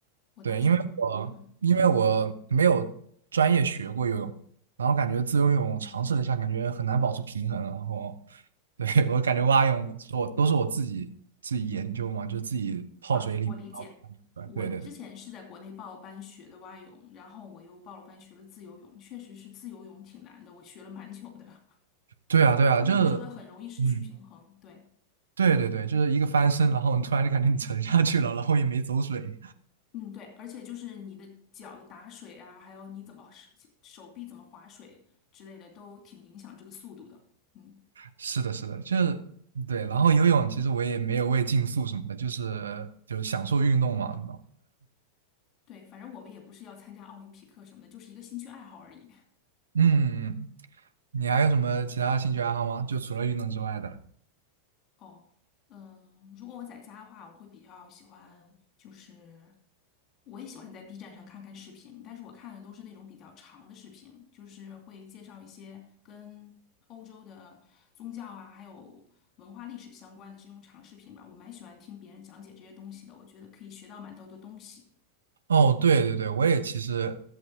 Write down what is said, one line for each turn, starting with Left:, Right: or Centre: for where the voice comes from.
Left: 我当时
Right: 对，因为我因为我没有专业学过游泳，
Left: 嗯
Right: 然后感觉自由游泳尝试了一下，感觉很难保持平衡，然后对 <laughs> 我感觉蛙泳是我都是我自己自己研究嘛，就自己泡水里，
Left: 啊，我理解。
Right: 然后
Left: 我之前是在国内报了班学的蛙泳，
Right: 对对对，
Left: 然后我又报了班学了自由泳，确实是自由泳挺难的，我学了蛮久的。<laughs>
Right: 对啊对啊，
Left: 那你说的很容易失去平衡，
Right: 就是嗯
Left: 对。
Right: 对对对，就是一个翻身，然后你突然就感觉你沉下去了，然后也没走水，
Left: 嗯，对，而且就是你的脚的打水啊，还有你怎么手手臂怎么划水之类的，都挺影响这个速度的。嗯，
Right: 是的，是的，就是对，然后游泳其实我也没有为竞速什么的，就是就是享受运动嘛，
Left: 对，反正我们也不是要参加奥林匹克什么的，就是一个兴趣爱好而已。
Right: 嗯，你还有什么其他兴趣爱好吗？就除了运动之外的？
Left: 哦，嗯，如果我在家的话，我会比较喜欢，就是我也喜欢在 B 站上看看视频，但是我看的都是那种比较长的视频，就是会介绍一些跟欧洲的宗教啊，还有文化历史相关的这种长视频吧。我蛮喜欢听别人讲解这些东西的，我觉得可以学到蛮多的东西。
Right: 哦，对对对，我也其实